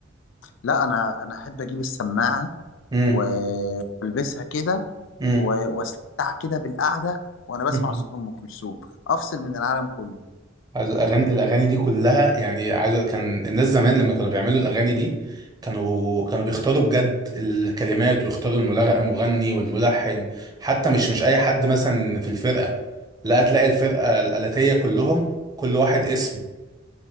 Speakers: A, on the left; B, on the right.
A: لا انا انا احب اجيب السماعه
B: امم
A: و- والبسها كده
B: امم
A: و- واستمتع كده بالقعده وانا بسمع
B: <laughs>
A: صوت ام كلثوم افصل من العالم كله
B: عايز الاغاني الاغاني دي كلها يعني عايز أقول- كان الناس زمان لما كانوا بيعملوا الاغاني دي كانوا كانوا بيختاروا بجد الكلمات ويختاروا الملغ- المغني والملحن حتى مش مش اي حد مثلا في الفرقه لا تلاقي الفرقه الآلاتية كلهم كل واحد اسم